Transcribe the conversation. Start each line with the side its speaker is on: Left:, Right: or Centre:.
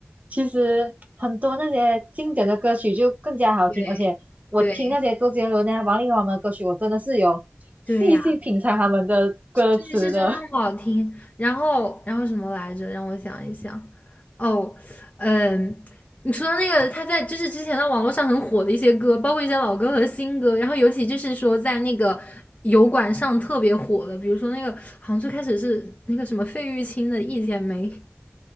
Right: 其实很多那些经典的歌曲就更加好听，
Left: 对，
Right: 而且我听那些周杰伦啊、
Left: 对，
Right: 王力宏他们的歌曲，我真的是有细细品尝他们的歌词的。
Left: 对呀，这个是真的好听。然后，然后什么来着？让我想一想。哦，嗯，你说到那个，他在就是之前的网络上很火的一些歌，包括一些老歌和新歌，然后尤其就是说在那个油管上特别火的，比如说那个好像最开始是那个什么费玉清的《一剪梅》，